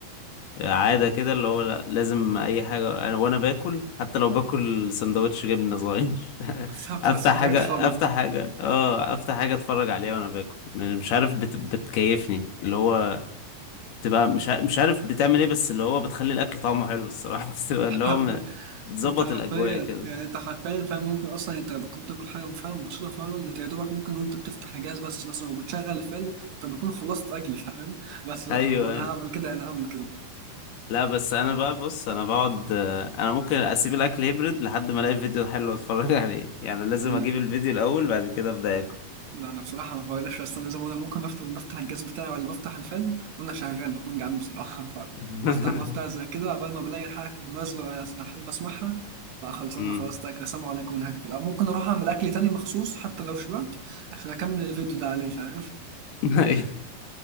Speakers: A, on the left; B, on the right.
A: عاده كده اللي هو لا لازم اي حاجه أنا وانا باكل حتى لو باكل سندوتش جبنه صغير <laughs>
B: بالظبط
A: افتح
B: بس ما تقعدش
A: حاجه افتح
B: فاضي
A: حاجه اه افتح حاجه اتفرج عليها وانا باكل مش عارف بت... بتكيفني اللي هو بتبقى مش ع- مش عارف بتعمل ايه بس اللي هو بتخلي الاكل طعمه حلو الصراحه <laughs> بتبقى
B: <laughs>
A: اللي هو م- بتظبط
B: انت حرفيا
A: الاجواء كده
B: يعني انت حرفيا فاهم ممكن اصلا انت بتكون بتاكل حاجه فاهم بسيطه فعلا انت يا دوبك ممكن وانت بتفتح الجهاز بس مثلا وبتشغل الفيلم انت بتكون خلصت اكل فاهم بس لا
A: ايوه
B: هو انا
A: أيوة.
B: هعمل كده انا هعمل كده
A: لا بس انا بقى بص انا بقعد آه، انا ممكن اسيب الاكل هيبرد لحد ما الاقي فيديو حلو اتفرج <laughs> عليه يعني لازم
B: لا
A: اجيب الفيديو الاول بعد كده ابدا اكل
B: لا انا بصراحه ما بغيرش بس انا زي ما بقول لك، ممكن بفتح بفتح الجهاز بتاعي ولا بفتح الفيلم وانا شغال بكون جعان بصراحه <laughs> فبفتح
A: <laughs>
B: بفتح زي كده قبل ما بلاقي حاجه مناسبه انا احب اسمعها لا خلاص انا
A: أمم.
B: خلاص تاكل السلام عليكم ونهكفل او ممكن اروح اعمل اكل تاني مخصوص حتى لو شبعت عشان اكمل الفيديو ده عليه فاهم
A: <laughs> ايوه